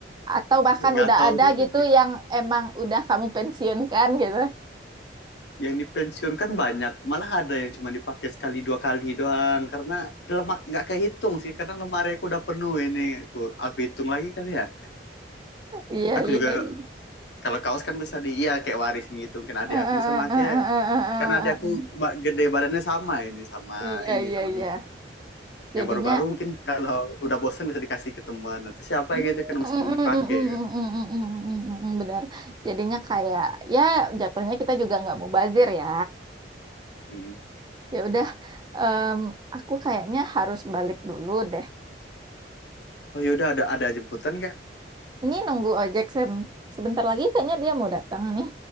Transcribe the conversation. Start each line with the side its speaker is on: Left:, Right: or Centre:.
Right: Atau bahkan
Left: nggak
Right: udah
Left: tahu
Right: ada
Left: juga
Right: gitu
Left: nih
Right: yang emang udah kamu pensiunkan gitu?
Left: yang dipensiunkan banyak malah ada yang cuma dipakai sekali dua kali doang karena lemak nggak kehitung sih karena lemari aku udah penuh ini aku aku hitung lagi kali ya
Right: Iya
Left: aku
Right: iya.
Left: juga
Right: iya.
Left: kalau kaos kan bisa di iya kayak warisin gitu kan adik
Right: Eh, eh,
Left: aku bisa pakai
Right: eh, eh, eh,
Left: karena ada
Right: eh, eh,
Left: aku
Right: eh.
Left: gede badannya sama ini sama
Right: Iya
Left: ini
Right: iya
Left: sama ini
Right: iya. Jadinya
Left: yang baru-baru mungkin kalau udah bosan bisa dikasih ke teman atau siapa
Right: Mm,
Left: gitu kan masih belum dipakai kan
Right: benar. Jadinya kayak ya jatuhnya kita juga nggak mubazir ya.
Left: Hmm.
Right: Ya udah, em, aku kayaknya harus balik dulu deh.
Left: oh yaudah ada ada jemputan nggak
Right: Ini nunggu ojek Sam. Sebentar lagi kayaknya dia mau datang nih.